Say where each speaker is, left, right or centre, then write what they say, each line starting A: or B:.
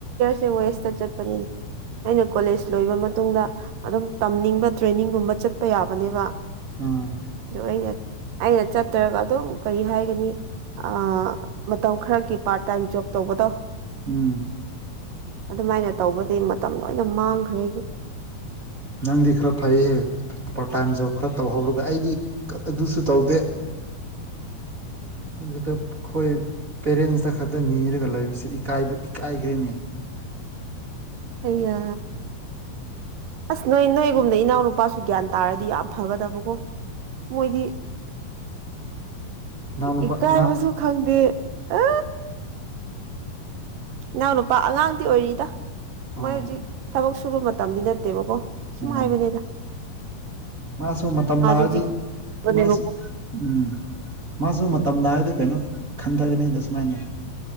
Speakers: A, on the right; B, on the right.
A: ꯇꯤ ꯋꯦꯁꯇ ꯆꯠꯄꯅꯤ ꯑꯩꯅ ꯀꯣꯂꯦꯖ ꯂꯣꯏꯕ ꯃꯇꯨꯡꯗ ꯑꯗꯨꯝ ꯇꯝꯅꯤꯡꯕ ꯇ꯭ꯔꯦꯅꯤꯡꯒꯨꯝꯕ ꯆꯠꯄ ꯌꯥꯕꯅꯦꯕ
B: ꯑꯥ
A: ꯑꯗꯨ ꯑꯩꯅ ꯑꯩꯅ ꯆꯠꯇꯔꯒ ꯑꯗꯨꯝ ꯀꯔꯤ ꯍꯥꯏꯒꯅꯤ ꯑ ꯃꯇꯝ ꯈꯔꯒꯤ ꯄꯥꯔꯠ ꯇꯥꯏꯝ ꯖꯣꯕ ꯇꯧꯕꯗꯣ
B: ꯎꯝ
A: ꯑꯗꯨꯃꯥꯏꯅ ꯇꯧꯕꯗꯤ ꯃꯇꯝ ꯂꯣꯏꯅ ꯃꯥꯡꯈ꯭ꯔꯦ
B: ꯅꯪꯗꯤ ꯈꯔ ꯐꯩꯌꯦ ꯄꯥꯔꯠ ꯇꯥꯏꯝ ꯖꯣꯕ ꯈꯔ ꯇꯧꯍꯧꯔꯒ ꯑꯩꯗꯤ ꯑꯗꯨꯁꯨ ꯇꯧꯗꯦ ꯅꯪꯒꯤꯗ ꯈꯣꯏ ꯄꯦꯔꯦꯟꯁꯇ ꯈꯛꯇ ꯅꯤꯔꯒ ꯂꯩꯕꯁꯤ ꯏꯀꯥꯏꯕ ꯏꯀꯥꯏꯈ꯭ꯔꯦꯅꯦ
A: ꯑꯩꯌꯥ ꯑꯁ ꯅꯣꯏ ꯅꯣꯏꯒꯨꯝꯅ ꯏꯅꯥꯎꯅꯨꯄꯥꯁꯨ ꯒ꯭ꯌꯥꯟ ꯇꯥꯔꯗꯤ ꯌꯥꯝ ꯐꯒꯗꯕꯀꯣ ꯃꯣꯏꯗꯤ
B: ꯏꯅꯥꯎ ꯅꯨꯄꯥ
A: ꯏꯀꯥꯏꯕꯁꯨ
B: ꯏꯅꯥ
A: ꯈꯪꯗꯦ ꯑ ꯏꯅꯥꯎꯅꯨꯄꯥ ꯑꯉꯥꯡꯗꯤ ꯑꯣꯏꯔꯤꯗ
B: ꯑꯣ
A: ꯃꯣꯏ ꯍꯧꯖꯤꯛ ꯊꯕꯛ ꯁꯨꯕ ꯃꯇꯝꯗꯤ ꯅꯠꯇꯦꯕꯀꯣ ꯁꯨꯝꯍꯥꯏꯕꯅꯦꯗ
B: ꯎꯝ ꯃꯥꯁꯨ ꯃꯇꯝ ꯂꯥꯛꯑꯗꯤ
A: ꯍꯧꯖꯤꯛ ꯅꯦꯕꯀꯣ
B: ꯃꯥꯁꯨ ꯎꯝ ꯃꯥꯁꯨ ꯃ ꯃꯇꯝ ꯂꯥꯛꯑꯗꯤ ꯀꯩꯅꯣ ꯈꯟꯊꯒꯅꯤ ꯗ ꯁꯨꯃꯥꯏꯅ